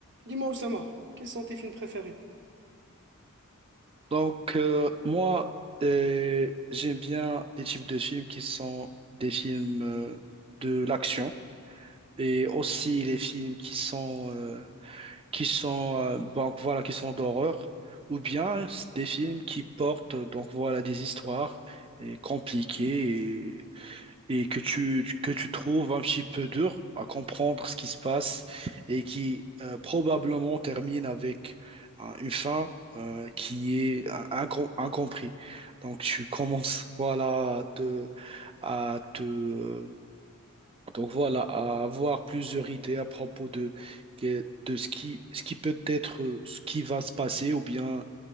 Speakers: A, on the right; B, on the right.
A: Dis-moi, Oussama, quels sont tes films préférés?
B: Donc, euh, moi, euh, j'aime bien les types de films qui sont des films euh, de l'action et aussi les films qui sont, euh, qui sont, euh, donc, voilà, qui sont d'horreur ou bien des films qui portent donc, voilà, des histoires euh, compliquées et que tu, que tu trouves un petit peu dur à comprendre ce qui se passe et qui euh, probablement termine avec euh, une fin euh, qui est euh, incom- incompris. Donc tu commences voilà à te, à te euh, donc voilà à avoir plusieurs idées à propos de que- de ce qui ce qui peut être euh, ce qui va se passer ou bien